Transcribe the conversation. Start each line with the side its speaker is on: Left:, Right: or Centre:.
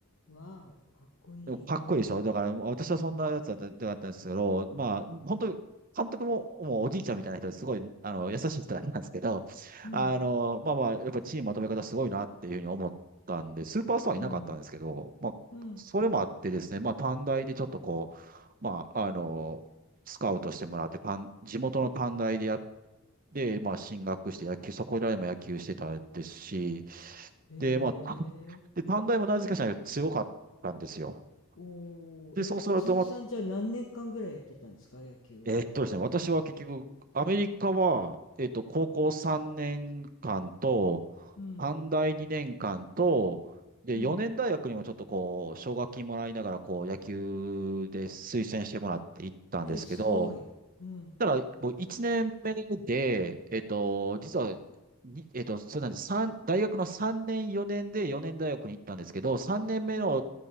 Left: わあ、かっこいい。
Right: でもかっこいいでしょだから、
Left: うん。
Right: 私はそんなやつだった、
Left: うん、
Right: だったんですけど、まあ、本当に、監督も、もうおじいちゃんみたいな人ですごい、あの、優しい人なんですけど、
Left: うん、
Right: あの、まあまあ、やっぱチームまとめ方すごいなっていうふうに思ったんで、スーパースターはいなかったんですけど、
Left: うん、
Right: まあ、
Left: うん。
Right: それもあってですね、まあ、短大でちょっとこう、まあ、あの、スカウトしてもらって、短地元の短大でやって、まあ、進学して野球、そこらでも野球してたですし、
Left: へ
Right: で、まあ、<laughs>
Left: え。
Right: で、短大もなぜかしら強かったんですよ。
Left: おー、
Right: で、
Left: え、
Right: そうすると、
Left: 通算じゃあ何年間ぐらいやってたんですか、
Right: ま
Left: 野球は。
Right: えーっとですね、私は結局、アメリカは、えーっと、高校3年間と、
Left: うん、
Right: 短大2年間と、で、
Left: うん。
Right: 4年大学にもちょっとこう、奨学金もらいながら、こう、野球で推薦してもらって行ったんですけど、
Left: え、すごい。うん、
Right: ただ、もう1年目で、えーっと、実は、にえーっと、そうなんです。三大学の3年、4年で4年大学に行ったんですけど、3年目の
Left: うん。